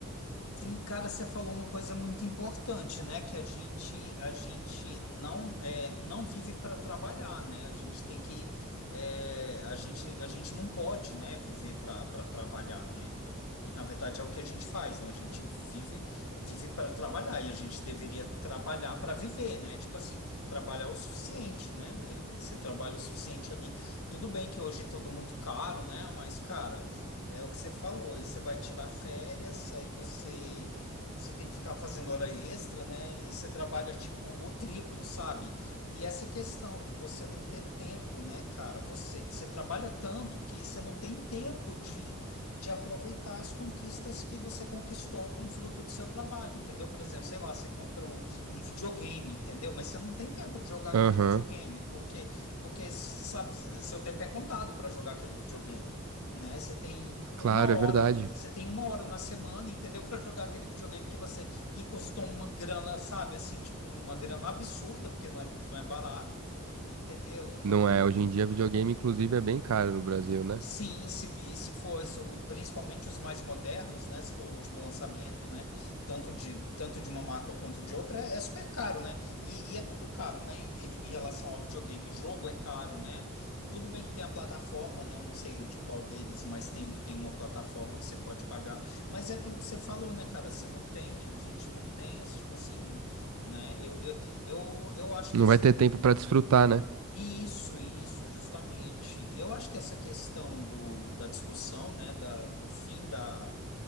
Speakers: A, on the left; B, on the right.
A: Sim, cara, você falou uma coisa muito importante, né? Que a gente a gente não é, não vive para trabalhar, né? A gente tem que é, a gente a gente não pode, né? Viver para para trabalhar, né? E na verdade é o que a gente faz, né? A gente vive vive para trabalhar e a gente deveria trabalhar para viver, né? Tipo assim, trabalhar o suficiente, né? Eh, Você trabalha o suficiente ali, tudo bem que hoje é tudo muito caro, né? Mas cara é o que você falou, aí você vai tirar férias, aí você, você tem que ficar fazendo hora extra, né? E você trabalha tipo o triplo, sabe? E essa questão de você não ter tempo, né, cara? Você, você trabalha tanto que você não tem tempo de, de aproveitar as conquistas que você conquistou com o fruto do seu trabalho, entendeu? Por exemplo, sei lá, você compra um, um videogame, entendeu? Mas você não tem tempo de jogar aquele
B: Aham,
A: videogame, porque, porque, sabe, seu tempo é contado para jogar aquele videogame né? Você tem
B: claro,
A: uma hora,
B: é verdade.
A: você tem uma hora na semana, entendeu? <laughs> Para jogar aquele videogame que você que custou uma grana, sabe? Assim, tipo, uma grana absurda, porque não é, não é barato, entendeu? Então,
B: Não é, hoje em dia videogame, inclusive, é bem caro no Brasil, né?
A: Sim, se, e se for isso, o- principalmente os mais modernos, né? Se for o último lançamento, né? Tanto de, tanto de uma marca quanto de outra, é, é super caro, né? E, e é tudo caro, né? Em, em relação ao videogame, o jogo é caro, né? Tudo bem que tem a plataforma, né? Eu não sei de qual deles, mas tem um que tem uma plataforma que você pode pagar. Mas é aquilo que você falou, né, cara? Você não tem, a gente não tem, esse tipo assim, não, né? Eu, eu, eu, eu acho
B: Não
A: que assim.
B: vai ter tempo para desfrutar, né?
A: Isso, isso, justamente. Eu acho que essa questão do, da discussão, né, da, do fim da,